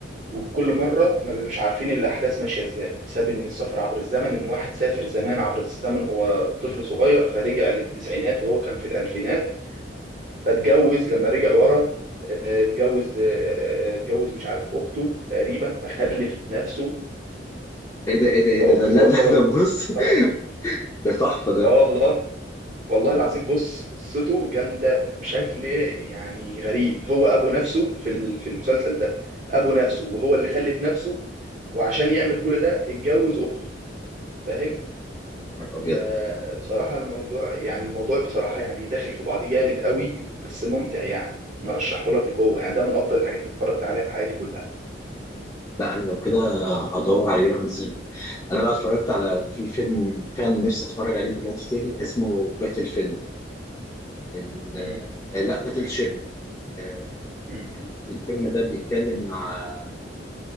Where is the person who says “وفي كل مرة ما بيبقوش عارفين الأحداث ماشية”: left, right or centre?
Right